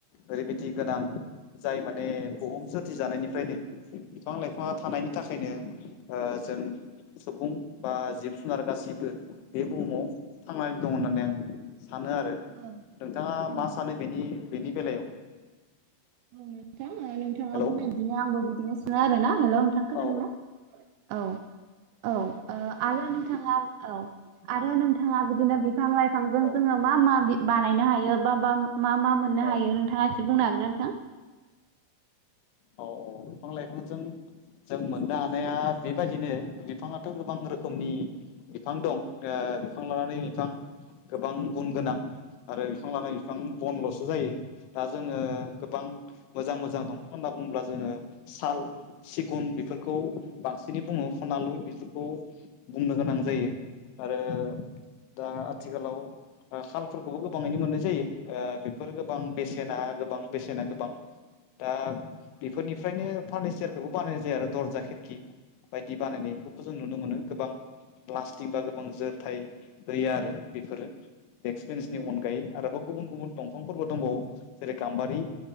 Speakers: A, on the left; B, on the right.
A: ओरैबायदि गोनां जाय माने बुहुम सोरथि जानायनिफ्रायनो बिफां लाइफाङा थानायनि थाखायनो जों सुबुं बा जिब जुनार गासैबो बे बुहुमाव थांनानै दं होननानै आं सानो आरो।
B: औ।
A: नोंथाङा
B: औ
A: मा
B: औ
A: सानो बेनि बेनि बेलायाव
B: औ नोंथां नोंथाङा
A: हेलौ
B: बुंनो बिदिनो आंबो बिदिनो सा आरो ना हेल' नोंथां
A: औ
B: खोनादों ना औ औ आरो नोंथाङा औ। आरो नोंथाङा बिदिनो बिफां लाइफांजों
A: औ
B: जोङो मा मा बानायनो हायो बा मा मा मोन नो
A: औ
B: हायो नोंथाङा एसे बुंनो हागोन ना नोंथां
A: औ औ बिफां लाइफांजों जों मोननो हानाया बेबायदिनो बिफाङाथ' गोबां रोखोमनि बिफां दं बिफां लानानै बिफां गोबां गुन गोनां आरो बिफां लाना बिफां बनल'सो जायो दा जोङो गोबां मोजां मोजां दंफां होनना बुङोब्ला जोङो साल सिगुन बेफोरखौ बांसिनै बुङो खनालु बेफोरखौ बुंनो गोनां जायो आरो दा आथिखालाव ओ खालफोरखौबो गोबाङैनो मोननाय जायो बेफोर गोबां बेसेना गोबां बेसेना गोबां दा बेफोरनिफ्रायनो फारनिचारखौबो बानायनाय जाया आरो दरजा खिरखि बायदि बानायनायखौबो जों नुनो मोनो गोबां प्लास्टिक बा गोबां जोरथाय होयो आरो बेफोरो डेक्स बेन्सनि अनगायै आरोबाव गुबुन गुबुन दंफांफोरबो दंबावो जेरै गाम्बारि